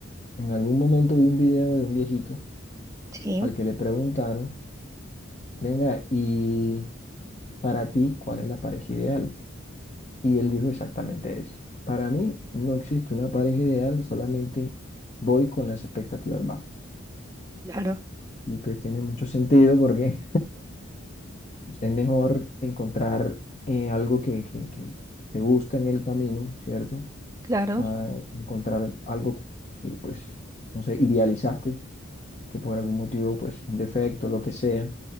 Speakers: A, on the left (about 35°); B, on the right (about 15°).
A: En algún momento vi un video de un viejito
B: sí,
A: al que le preguntaron venga, ¿y para ti cuál es la pareja ideal? Y él dijo exactamente eso. Para mí no existe una pareja ideal, solamente voy con las expectativas bajas.
B: claro,
A: Y pues tiene mucho sentido porque <laughs> es mejor encontrar eh, algo que, que, que te gusta en el camino, ¿cierto?
B: <clears throat>
A: A
B: claro.
A: encontrar algo que pues, no sé, idealizaste, que por algún motivo, pues, un defecto, lo que sea,